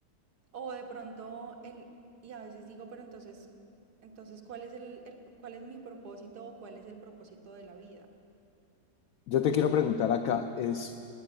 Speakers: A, on the right; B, on the left.
A: O de pronto el, y a veces digo, pero entonces, entonces, ¿cuál es el, el- cuál es mi propósito o cuál es el propósito de la vida?
B: Yo te quiero preguntar acá, ¿es,